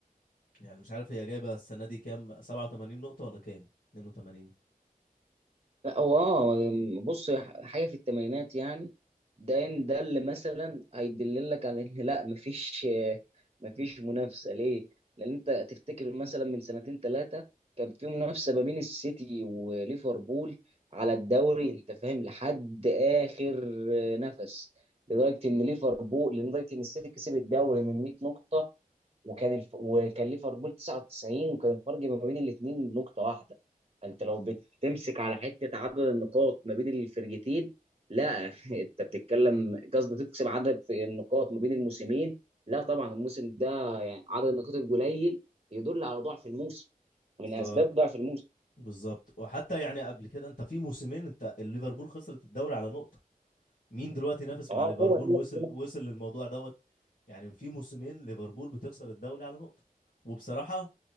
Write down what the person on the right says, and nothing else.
لا هو اه بص حاجه في الثمانينات يعني ده إن- ده اللي مثلا هيدللك على ان <laughs> لا مفيش مفيش منافسه ليه؟ لان انت تفتكر مثلا من سنتين ثلاثه كان في منافسه ما بين السيتي وليفربول على الدوري انت فاهم لحد اخر نفس لدرجه ان ليفربول لدرجه ان السيتي كسب الدوري من 100 نقطه وكان الف... وكان ليفربول 99 وكان الفرق ما بين الاثنين نقطة واحدة فانت لو بتمسك على حتة عدد النقاط ما بين الفرقتين لا <laughs> انت بتتكلم قصدي تقسم عدد في النقاط ما بين الموسمين لا طبعا الموسم ده يعني عدد النقاط القليل يدل على ضعف الموسم من
اسباب ضعف الموسم
طبعا
هو ده
اللي-